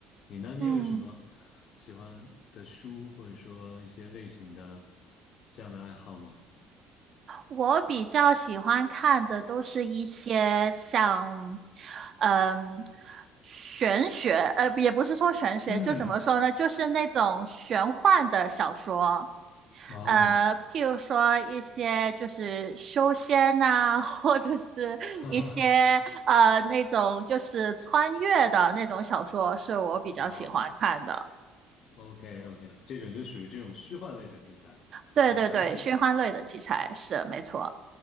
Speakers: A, on the left; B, on the right.
A: 你呢？你有什么喜欢的书，
B: 嗯。
A: 或者说一些类型的这样的爱好吗？
B: 我比较喜欢看的都是一些像，嗯，玄学，呃，也不是说玄学，
A: 嗯，
B: 就怎么说呢，就是那种玄幻的小说，
A: 啊，
B: 呃，譬如说一些就是修仙呐、<laughs> 或者是一些呃那种就是穿越的那种小说，
A: <laughs> 哈哈哈，
B: 是我比较喜欢看的。
A: 哇哦。OK OK，这种就属于这种虚幻类的题材，
B: 对对对，
A: 我还是
B: 玄幻类的题材是没错。